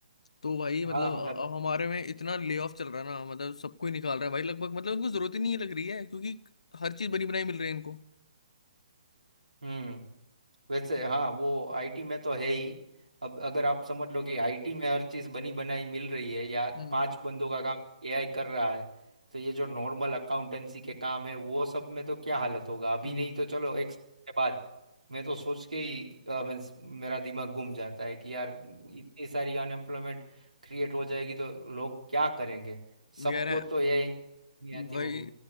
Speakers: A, on the left; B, on the right.
A: तो भाई मतलब
B: हाँ
A: अ-
B: लग
A: अ- हमारे में इतना ले ऑफ चल रहा है ना मतलब सबको ही निकाल रहा है भाई लगभग मतलब उनको जरूरत ही नहीं लग रही है क्योंकि हर चीज बनी बनाई मिल रही है इनको
B: हम्म वैसे हाँ वो आईटी में तो है ही अब अगर आप समझ लो कि आईटी में हर चीज़ बनी बनाई मिल रही है या
A: हम्म
B: पांच बंदों का काम एआई कर रहा है तो ये जो नॉर्मल अकाउंटेंसी के काम है वो सब में तो क्या हालत होगा अभी
A: हम्म।
B: नहीं तो चलो एक साल के बाद मैं तो सोच के ही अ, means मेरा दिमाग घूम जाता है कि यार इतनी सारी अनएम्प्लॉयमेंट क्रिएट हो जाएगी तो लोग क्या करेंगे सबको
A: यार है
B: तो एआई नहीं आती
A: वही
B: होगी